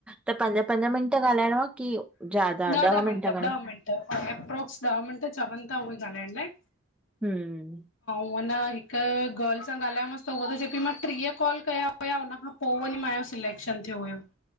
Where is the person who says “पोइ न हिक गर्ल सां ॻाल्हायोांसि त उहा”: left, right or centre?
Left